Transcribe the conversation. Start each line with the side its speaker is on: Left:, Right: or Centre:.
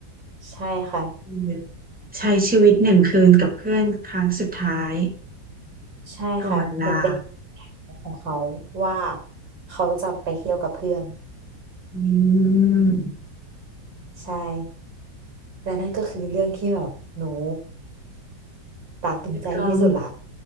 Right: ใช่ค่ะ
Centre: คือใช้ชีวิตหนึ่งคืนกับเพื่อนครั้งสุดท้าย
Right: ใช่ค่ะเหมือนเป็นแผนของเขาว่า
Centre: ก่อนลา
Right: เขาจะไปเที่ยวกับเพื่อน
Centre: อืม
Right: ใช่และนั่นก็คือเรื่องที่แบบหนูตราตรึงใจที่สุดละ
Centre: กอง